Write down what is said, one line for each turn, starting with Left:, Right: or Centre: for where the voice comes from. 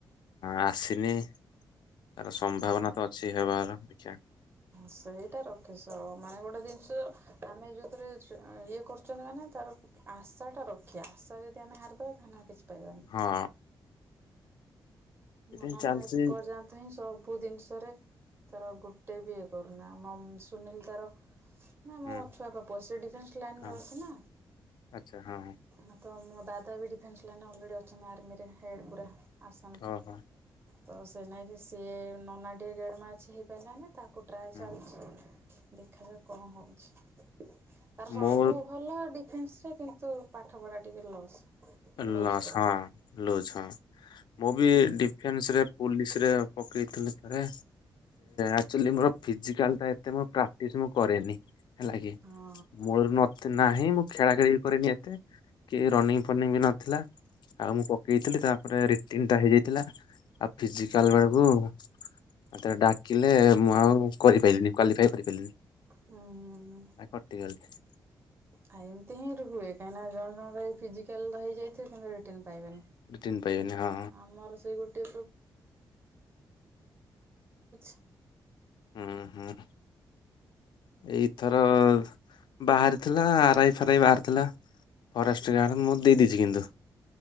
Left: ଆସିନି ତାର ସମ୍ଭାବନା ତ ଅଛି ହେବାର ଆା
Right: ସେଇଟା ରଖିସ ମାନେ ଗୋଟେ ଜିନିଷ ଆମେ ଯେଉଁଥିରେ ଇଏ କରୁଛନ୍ତି ମାନେ ତାର ଆଶାଟା ରଖିବା ଆଶା ଯଦି ଆମେ ହାରିଦେବା ତାହେଲେ ନା କିଛି ପାଇବାନି।
Left: ହଁ ସେଥିପାଇଁ
Right: ହନ
Left: ଚାଲିଛି
Right: ନା ଏପର୍ଯ୍ୟନ୍ତ ହିଁ ସବୁ ସବୁ ଜିନିଷରେ ତାର ଗୋଟେ ବି ଇଏ କରୁନା ଆମ ସୁନୀଲ ତର ନା
Left: ହୁଁ
Right: ମୋ ଛୁଆ ବାପୁ ଅ ସେ ଡିଫେନ୍ସ ଲାଇନରେ
Left: ହଁ
Right: ଅଛିେ
Left: ଆଚ୍ଛା ହଁ ହଁ
Right: ନା ତ ଦାଦା ବି ଡିଫେନ୍ସ ଲାଇନ ଅଲରେଡି ଅଛନ୍ତି ଆର୍ମିରେ ହେଡ୍ ପୁରା ଆସାମ
Left: ଓ ହୋ
Right: ତ ସେ ନାଇକି ସିଏ ନନାଟିଏ ଗରମା ଅଛି ହେଇ ପିଲ ନା ତାକୁ ଟ୍ରାଏ
Left: ହୁଁ।
Right: ଚାଲିଛି ଦେଖାଯାଉ କଣ ହେଉଛି ତାର
Left: ମୋର
Right: ସବୁ ଭଲ ଡିଫେନ୍ସ ସେ କିନ୍ତୁ ପାଠପଢ଼ା ଟିକେ ଲସ୍
Left: ଅଲା
Right: ଲୁଜ୍ ପୁରା
Left: ହଁ ଲୋଜ ହଁ ମୁଁ ବି ଡିଫେନ୍ସ ରେ ପୋଲିସରେ ପକେଇ ତଲିାରେ ଆଚୁଲି ମୋର ଫିଜିକାଲ ଟା ଏତେ ମୋର ପ୍ରାକ୍ଟିସ୍ ମୁଁ କରେନି ହେଲା କି
Right: ହଁ
Left: ମୂଳରୁ ନଥି ନାହିଁ ମୁଁ ଖେଳା ଖେଳି ଵି କରେନି ଏତେ କି ରନିଂ ଓପନିଙ୍ଗ ବି ନଥିଲା ଆଉ ମୁଁ ପକେଇଥିଲି ତାପରେ ରିଟିନ୍ଟା ହେଇଯାଇଥିଲା, ଆଉ ଫିଜିକାଲ ବେଳକୁ ମତେ ଡାକିଲେ ମୁଁ ଆଉ କରିପାରିଲିନି କ୍ୱାଲିଫାଏ କରିପାରିଲିନି
Right: ହୁଁ ହୁଁ ହୁଁ
Left: କଟିଗଲି।
Right: ଆ ଏମିତି ହିଁ ରୁଏ କାହିଁକିନା ଜଣେ କଣ ଫିଜିକାଲ ଟା ହେଇଯାଇଥିବ ରିଟିନ୍‌ ପାଇବେନି
Left: ରିଟିନ୍ ପାଇବେନି ହଁ
Right: ଆମର ସେ ଗୋଟେ <unintelligible>
Left: ହୁଁ ହୁଁ ଏଇଥର ବାହାରିଥିଲା ଆରାଇ ଫାରାଇ ବାହାରିଥିଲା, ଫରେଷ୍ଟ ଗାର୍ଡ ମୁଁ ଦେଇ ଦେଇେଇଛି କିନ୍ତୁ